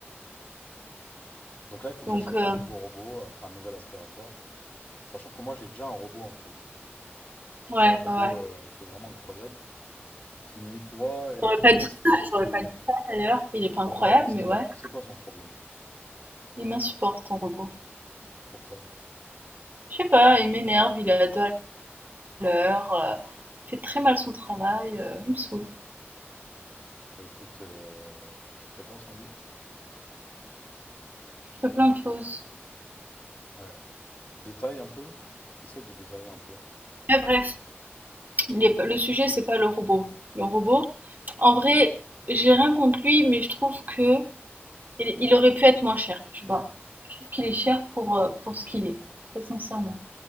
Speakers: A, on the left; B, on the right.
A: Donc là, il faut que
B: Donc,
A: j'achète
B: euh,
A: un nouveau robot, euh, enfin un nouvel aspirateur. Sachant que moi, j'ai déjà un robot, en fait.
B: ouais,
A: J'ai un robot
B: ouais, ouais.
A: euh, qui est vraiment incroyable, qui nettoie et
B: J'aurais
A: qui
B: pas dit
A: aspire.
B: ça, j'aurais pas dit ça, d'ailleurs. Il est pas incroyable,
A: Pourquoi? Qu'est-ce
B: mais
A: qu'il
B: ouais.
A: a? C'est quoi son problème?
B: Il m'insupporte, ton robot.
A: Pourquoi?
B: Je sais pas, il m'énerve, il est à deux à l'heure, euh, il fait très mal son travail, euh, il me saoule.
A: Bah écoute, euh, tu ferais quoi sans lui?
B: Je ferais plein de choses.
A: Ouais. Détaille un peu. Essaye de détailler un peu.
B: Mais bref, Les- le sujet, c'est pas le robot. Le robot, en vrai, j'ai rien contre lui, mais je trouve que il, il aurait pu être moins cher, tu vois. Je trouve qu'il est cher pour, euh, pour ce qu'il est, très sincèrement.